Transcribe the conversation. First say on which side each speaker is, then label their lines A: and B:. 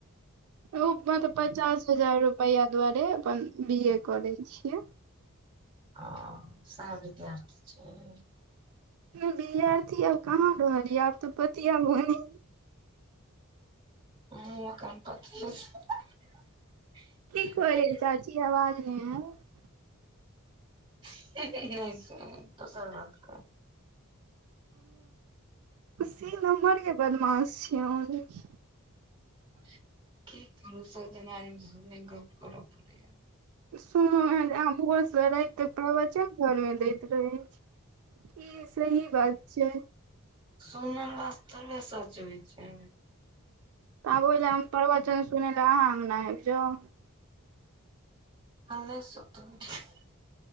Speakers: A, on the right; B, on the right.
A: ओ मतलब पचास हजार रुपैआ दुआारे अपन बी ए करे छियै
B: ओ सैह विद्यार्थी छी
A: नहि विद्यार्थी आब कहाँ रहल यै आब तऽ पतिया बुनै
B: <unintelligible> <unintelligible>
A: की कहलियै चाची आवाज नहि आयल
B: <unintelligible> दोसर घर के
A: उ सी नम्बर केँ बदमास छी आँहु लेकिन
B: <unintelligible> गप करब पड़ैया
A: सुनलौ है अहाँ भोर सँ रात तक प्रबचन घर मे दैत रहे छै ई सही बात छै
B: सोनर वास <unintelligible> होइ छै।
A: तऽ आब ओहि लए हम प्रवचन सुनै लए अहाँ अंगना आबि जाउ
B: नहि सुत उठी कऽ